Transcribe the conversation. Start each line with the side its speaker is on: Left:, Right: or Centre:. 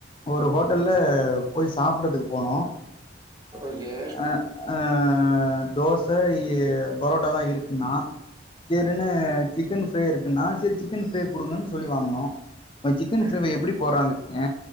Left: ஒரு ஹோ ட்டல்ல
Right: சரி.
Left: போய் சாப்படுறதுக்கு போனோ
Right: ஓகே.
Left: அ அ தோச இ பரோட்டாலா இருக்குன்னா சேரினு சிக்கன் ஃப்ரே இருக்குன்னா செரி சிக்கன் ஃபிரே குடுங்கன்னு சொல்லி வாங்குனோ அ சிக்கன்
Right: சரி.
Left: ஃப்ரேவ எப் ப்டி போறான் வெச்சுங்க